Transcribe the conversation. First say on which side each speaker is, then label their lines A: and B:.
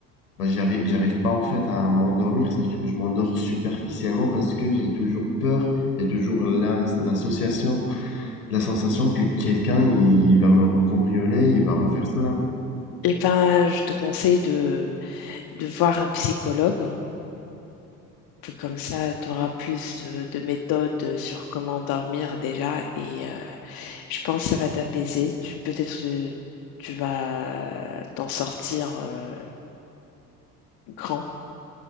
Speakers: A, on the left; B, on the left.
A: bah, j'arrive, j'arrive pas en fait à m'endormir. C'est-à-dire que je m'endors superficiellement parce que j'ai toujours peur, j'ai toujours la- l'association, la sensation que quelqu'un, il va me recambrioler, il va refaire cela.
B: Eh ben, je te conseille de, de voir un psychologue. Comme ça, tu auras plus de, de méthodes sur comment dormir déjà. Et euh, je pense que ça va t'apaiser. Tu peut-être euh, tu vas t'en sortir euh, grand.